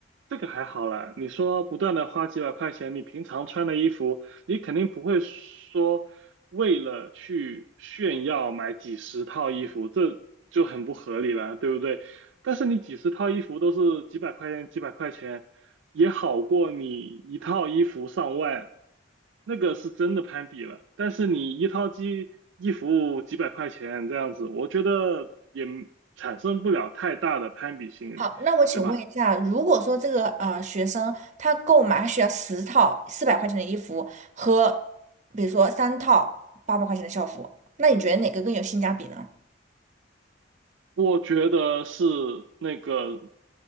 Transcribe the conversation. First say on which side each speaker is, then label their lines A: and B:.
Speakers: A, on the right; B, on the right.
A: 这个还好啦。你说不断的花几百块钱，你平常穿的衣服，你肯定不会说为了去炫耀买几十套衣服，这就很不合理了，对不对？但是你几十套衣服都是几百块钱，几百块钱也好过你一套衣服上万，那个是真的攀比了。但是你一套机衣服几百块钱这样子，我觉得也产生不了太大的攀比心理。
B: 好，那我请问一下，
A: 对吧？
B: 如果说这个呃学生他购买他需要十套四百块钱的衣服和比如说三套八百块钱的校服，那你觉得哪个更有性价比呢？
A: 我觉得是那个